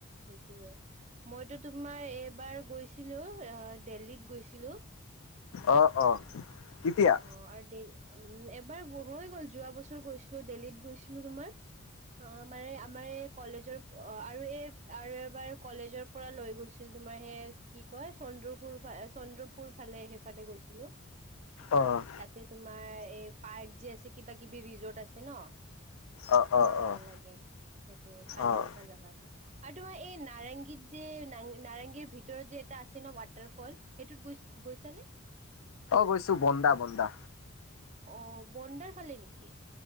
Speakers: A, on the right; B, on the left.
A: সেইটোয়ে মইতো তোমাৰ এইবাৰ গৈছিলো। দিল্লীত গৈছিলো।
B: অহ অ। কেতিয়া?
A: অ আৰু দ উম এবাৰ হৈ গ'ল যোৱা বছৰ গৈছিলো দেলহিত। গৈছিলো তোমাৰ। অ মানে আমাৰ এই কলেজৰ অ আৰু এই আৰু এবাৰ কলেজৰ পৰা লৈ গৈছিল তোমাৰ। আহে কি কয় চন্দ্ৰ ফুৰ চন্দ্ৰ। পোৰ ফালে সেইফালে গৈছিলো
B: অ'
A: তাতে তোমাৰ। এই পাৰ্ক যি আছে কিবা কিবি ৰিজৰ্ট আছে ন।
B: অ'
A: বৰ
B: অ'
A: ভাল
B: অ'
A: লাগে সেইবোৰত পানী
B: অ'।
A: থকা জোগাত। আৰু তোমাৰ এই নাৰেংগীত যে নাৰেংগীৰ ভিতৰত যে এটা আছে ন ৱাটাৰ ফল সেইটোত গৈ। গৈছানে।
B: গৈছো বন্দা বন্দা।
A: অ বনডাৰ ফালে নেকি।